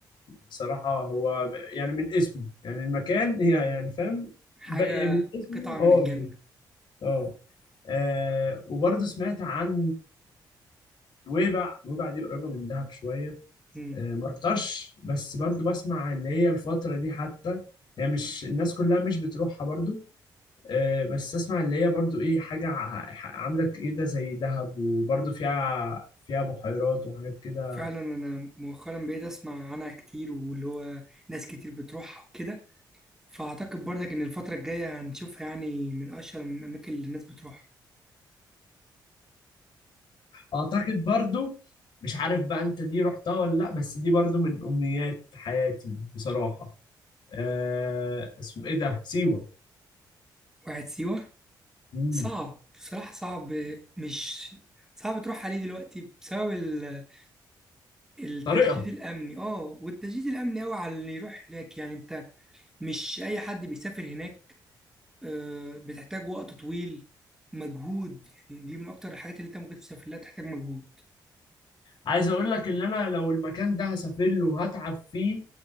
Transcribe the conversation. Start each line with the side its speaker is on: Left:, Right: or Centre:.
Left: بصراحه هو ب- يعني من اسمه يعني المكان <laughs> هي يعني فاهم
Centre: حاجة
Left: بقى من اسمه
Centre: قطعة من
Left: اه
Centre: الجنة
Left: يعني اه آه، وبرضه سمعت عن نويبع نويبع دي قريبه من دهب شويه
Centre: مم.
Left: آه، ما رحتهاش بس برضه بسمع اللي هي الفتره دي حتى هي مش الناس كلها مش بتروحها برضه آه، بس اسمع اللي هي برضو ايه حاجة ع- عاملة كده زي دهب وبرضو فيها فيها بحيرات وحاجات كده
Centre: فعلا انا مؤخرا بقيت اسمع عنها كتير واللي هو ناس كتير بتروحها وكده فاعتقد برضك ان الفترة الجاية هنشوفها يعني من اشهر الاماكن اللي الناس بتروحها
Left: اعتقد برضو مش عارف بقى انت دي رحتها ولا لا بس دي برضو من امنيات حياتي بصراحة أه اسمه ايه ده سيوة
Centre: واحد سيوة
Left: مم.
Centre: صعب بصراحة صعب مش صعب تروح عليه دلوقتي بسبب ال- التشديد
Left: طريقها
Centre: الامني اه والتشديد الامني قوي على اللي يروح هناك يعني انت مش أي حد بيسافر هناك آه، بتحتاج وقت طويل مجهود يعني دي من أكتر الحاجات اللي أنت ممكن تسافر لها تحتاج مجهود
Left: عايز اقول لك ان انا لو المكان ده هسافر له وهتعب فيه